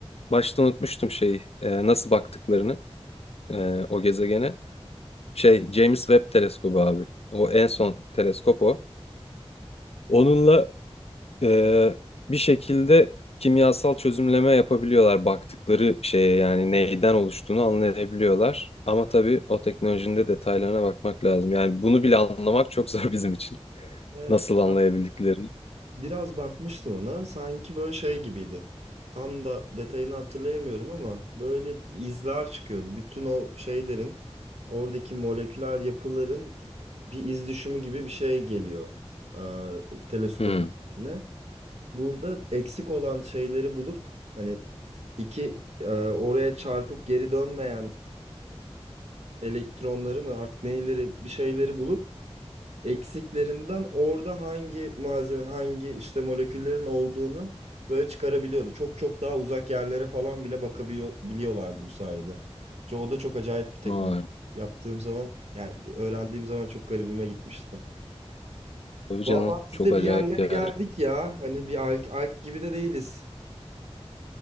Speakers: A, on the left; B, on the right.
A: başta unutmuştum şeyi e, nasıl baktıklarını e, o gezegene. Şey James Webb teleskobu abi. O en son teleskop o. Onunla e, bir şekilde kimyasal çözümleme yapabiliyorlar baktıkları şeye yani neyden oluştuğunu anlayabiliyorlar. Ama tabii o teknolojinin de detaylarına bakmak lazım. Yani bunu bile anlamak çok zor <laughs> bizim için.
B: Evet.
A: Nasıl anlayabildiklerini.
B: Biraz bakmıştım ona. Sanki böyle şey gibiydi. Tam da detayını hatırlayamıyorum ama böyle izler çıkıyordu. Bütün o şeylerin, oradaki moleküler yapıların bir iz düşümü gibi bir şey geliyor e, teleskopun
A: Hmm.
B: üzerine. Burada eksik olan şeyleri bulup hani iki e, oraya çarpıp geri dönmeyen elektronları mı artık neyleri bir şeyleri bulup eksiklerinden orada hangi malzemenin hangi işte moleküllerin olduğunu böyle çıkarabiliyordu. Çok çok daha uzak yerlere falan bile bakabiliyorlardı bu sayede. Ço- O da çok acayip bir teknoloji.
A: Vay.
B: Yaptığım zaman yani öğrendiğim zaman çok garibime gitmişti.
A: Tabii
B: Vallahi
A: canım çok
B: biz de
A: acayip
B: bir yerlere
A: yer.
B: geldik ya. Hani bir alk, alk gibi de değiliz.